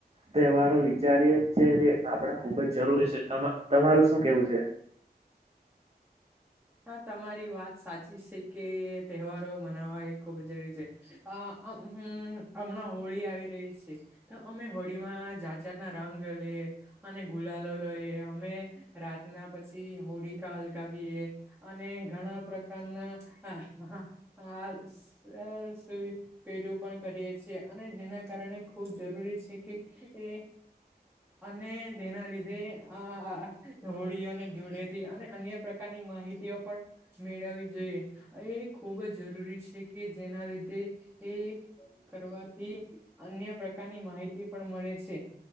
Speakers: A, on the right; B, in the centre.
A: તહેવારો વિચારીએ છે જે આપડા ખુબજ જરૂરી છે. તમા-તમારું શું કેવું છે?
B: હા, તમારી વાત સાચી છે કે તહેવારો મનાવવા એ ખૂબ જ જરૂરી છે. અહ આ હમ્મ હમણાં હોળી આવી રહી છે, તો અમે હોળી માં જાત જાત ના રંગ લે યે અને ગુલાલો લઈએ અમે રાતના પછી હોળીકા હલકાવીએ અને ઘણા પ્રકારના <unintelligible> સુવી પેલું પણ કરીએ છીએ અને જેના કારણે ખૂબ જરૂરી છે, કે એ અને તેના લીધે આ હોળીઓને ધુળેટી અને અન્ય પ્રકારની માહિ તીઓ પણ મેળવવી જોઈએ એ ખૂબ જ જરૂરી છે, કે જેના લીધે એ એ કરવાથી અન્ય પ્રકારની માહિતી પણ મળે છે,